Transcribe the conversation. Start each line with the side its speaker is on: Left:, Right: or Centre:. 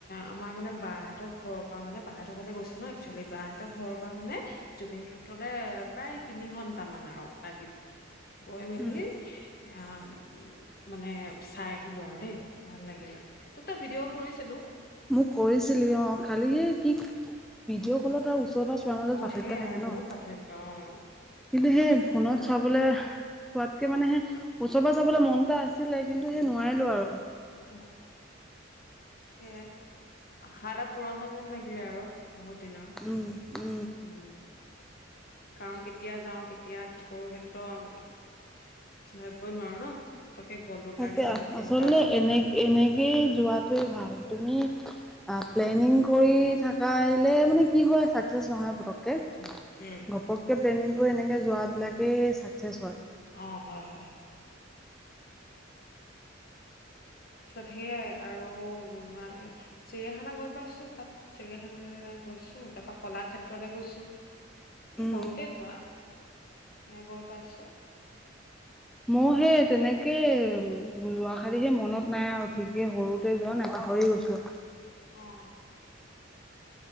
Left: আমাৰ মানে বা হতৰ ঘৰৰ পৰা মানে, বা হতৰঘৰলৈ গৈছিলো ন একচুৱেলি। বাহঁতৰ ঘৰৰ পৰা মানে জুবিন ক্ষেত্ৰলৈ প্ৰায় তিনি ঘন্টামান আৰু লাগিল গৈ মেলি।
Centre: উম,
Left: আহ উ মানে চাই আহিলো আৰু দেই ভাল লাগিলে। তোক তই ভিডিঅ' কল কৰিছ ছিলো।
Centre: মোক কৰিছিলি অ', খালি এ কি ভিডিঅ' কলত আৰু ওচৰ পৰা চোৱাৰ মাজত
Left: অ
Centre: পাৰ্থক্য
Left: সেইয়াই
Centre: থাকে
Left: বহুত
Centre: ন।
Left: পাৰ্থক্য অ',।
Centre: কিন্তু সেই ফোনত চাবলৈ পোৱাতকে মানে, সেই ওচৰৰ চাবলৈ মন এটা আছে। ছিলে কিন্তু
Left: অ
Centre: সেই নোৱাৰিলো আৰু।
Left: অ',। সেয়ে আশা এটা পূৰণ হ'ল যেন লাগিলে আৰু বহুত দিনৰ।
Centre: উম উম।
Left: উম। কাৰণ কেতিয়া যাওঁ, কেতিয়া কি কৰো সেইটোতো ভাবিবই নোৱাৰো ন। পতকে গ'লো
Centre: তাকে
Left: কাৰণে ঘপকে
Centre: আচলতে
Left: ওলালে।
Centre: এনে এনেকেই যোৱাতোৱে ভাল। তুমি অ', প্লেনিং কৰি থকা হলে মানে, কি হয় চাকচেছ নহয় পতক
Left: উম
Centre: ঘপককে প্লেনিং কৰি এনেকে যোৱাবিলাকে চাকচেচ হয়।
Left: অ', হয় হয়। তাৰপিছত সেইয়াই আৰু ম চিৰিয়াখানা গৈ পাইছোঁ তাত চিৰিয়াখান গৈছো তাৰ পৰা কলা ক্ষেত্ৰলে গৈছোঁ।
Centre: উম
Left: সৰুতে যোৱা মে গৈ পাইছোঁ।
Centre: মই সেই তেনেকে যোৱা কালি সেই মনত নাই আৰু ঠিকে সৰু গোটে যোৱা ন পাহৰি গৈছোঁ।
Left: অ'।